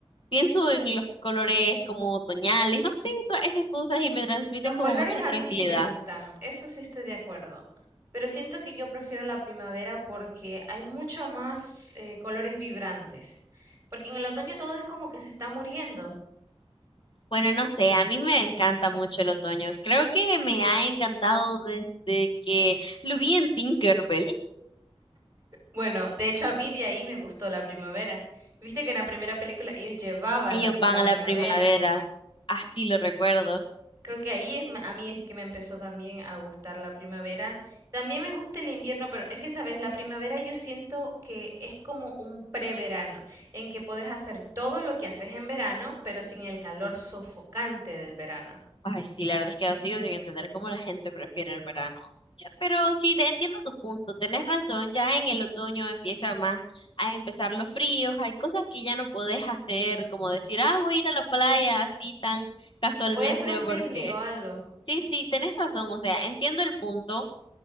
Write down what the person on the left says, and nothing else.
Pienso en los colores como otoñales, no sé, todas esas cosas y me transmiten
como
mucha
tranquilidad.
Bueno, no sé, a mí me encanta mucho el otoño. Creo que me ha encantado desde que lo vi en Tinkerbell.
Ellos
van
a
la primavera, así lo recuerdo.
Ay, sí, la verdad es que sigo sin entender cómo la gente prefiere el verano. Ya, pero sí, te entiendo tu punto, tenés razón, ya en el otoño empieza más a empezar los fríos, hay cosas que ya no podés hacer, como decir, ah, voy a ir a la playa así tan casualmente
o
porque...
Sí, sí, tenés razón, o sea, entiendo el punto,